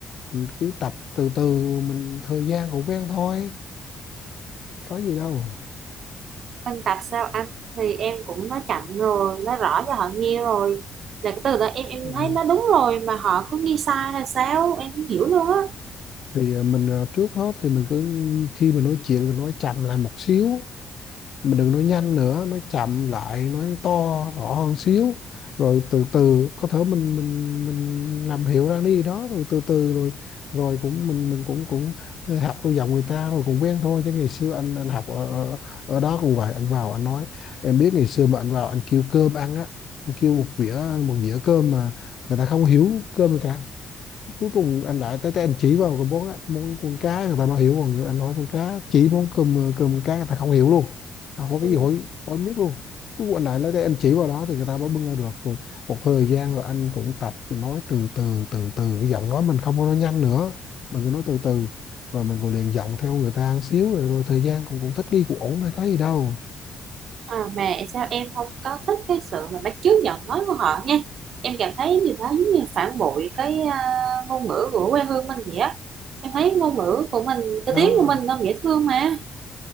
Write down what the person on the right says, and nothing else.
Minh Bạch sao anh thì em cũng nói chậm rồi nói rõ cho họ nghe rồi là cái từ đó em em
thấy nó đúng rồi mà họ cứ nghi sai là sao em không hiểu luôn á
ừ.
à, mà sao em không có thích cái sự mà bắt chước giọng nói của họ nha em cảm thấy điều đó giống như phản bội cái à, ngôn ngữ của quê hương mình vậy á em thấy ngôn ngữ của mình cái
tiếng của mình nó dễ thương mà